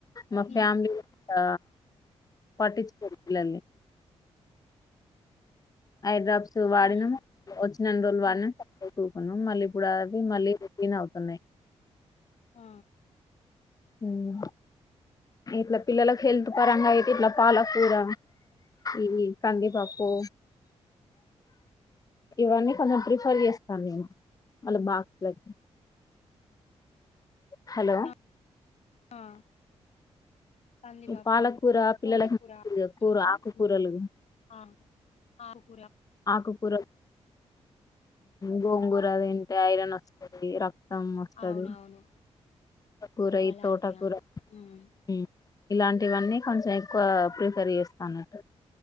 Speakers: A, on the left; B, on the left.
A: మా
B: హ్మ్
A: ఫ్యాలీ ళ్ళ
B: హ్మ్
A: పట్టించ్చుకోరు పిల్లల్ని ఐడ్రాప్స్ వాడినాం
B: హ్మ్
A: వచ్చినన్ని రెండు రోజులు
B: హ్మ్.
A: వాడినాం సప్పుడే ఉకున్నాం మళ్ళీప్ ఇప్పుడు అవి
B: హ్మ్.
A: మళ్ళీ రిలీన్ అవుతున్నాయి
B: ఆ
A: మ్ ఇట్లా పిల్లలకు హెల్తే పరంగా అయితే ఇట్లా పాలకూర ఇవి కంది పప్పు ఇవన్నీ కొంచెం ప్రిఫర్ చేస్తాను నేను వాళ్ళ బాక్స్ లకి హలో
B: ఆ ఆ కంది
A: ఈ
B: పప్పు
A: పాలకూర పిల్లలకి
B: తోట కూర
A: కూర
B: లో
A: ఆకుకూరలు
B: మ్ ఆ ఆకు
A: ఆకుకూరలు గోంగూరా
B: హ్మ్
A: తింటే ఐరన్ వస్తుంది రక్ క్తం వస్తది
B: అవునవును.
A: కూర ఈ
B: అలాంటియా?
A: తోట కూర
B: హ్మ్.
A: మ్ ఇలాంటివన్నీ కొంచెం ఎక్కువ ప్రిఫెర్ చేస్తాఅన్నట్టు